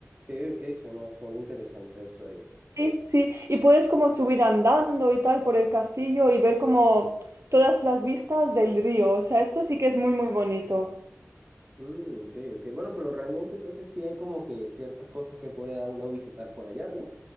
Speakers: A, on the right; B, on the right.
A: Ok, ok, suena, suena interesante eso ahí.
B: Sí, sí, y puedes como subir andando y tal por el castillo y ver como todas las vistas del río, o sea, esto sí que es muy, muy bonito.
A: Mm, ok, ok. Bueno, pero realmente entonces sí hay como que ciertas cosas que pueda uno visitar por allá, ¿no?